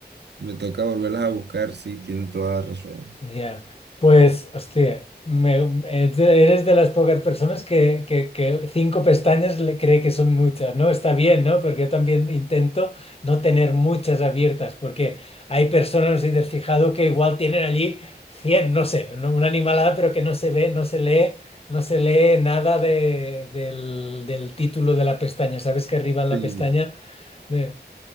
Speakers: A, on the right; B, on the left.
A: Me toca volverlas a buscar, sí, tiene toda la razón.
B: Ya, Pues, hostia, me- me- es de- eres de las pocas personas que, que- que cinco pestañas le cree que son muchas, ¿no? Está bien, ¿no? Porque yo también intento no tener muchas abiertas, porque hay personas, no sé si te has fijado, que igual tienen allí 100 no sé, no- una animalada, pero que no se ve, no se lee, no se lee nada de- del, del título de la pestaña. ¿Sabes que arriba en la
A: Sí.
B: pestaña? de-